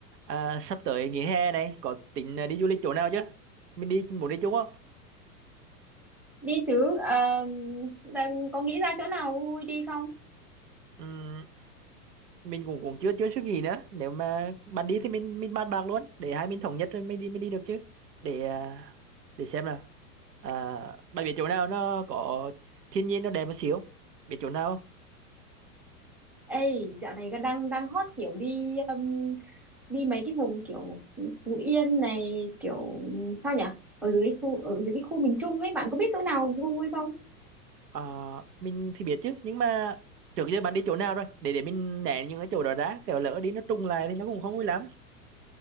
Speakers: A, on the right; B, in the centre.
A: À, sắp tới nghỉ hè này có tính à, đi du lịch chỗ nào chứ? Mình đi muốn đi chung không?
B: đi chứ Ờ, đang có nghĩ ra chỗ nào vui vui đi không
A: Ừm, mình cũng cũng chưa chưa suy nghĩ nữa. Nếu mà bạn đi thì mình mình bàn bạc luôn để hai mình thống nhất rồi mới đi mới đi được chứ. Để à, để xem nào. À, bạn biết chỗ nào nó có thiên nhiên nó đẹp một xíu. Biết chỗ nào không?
B: ê dạo này đang đang hot kiểu đi um, đi mấy cái vùng kiểu Phú Yên này kiểu sao nhỉ ở dưới khu ở dưới cái khu miền Trung ấy bạn có biết chỗ nào vui vui không
A: À, mình thì biết chứ nhưng mà trước giờ bạn đi chỗ nào rồi? Để để mình né những cái chỗ đó ra. Kiểu lỡ đi nó trùng lại thì nó cũng không vui lắm.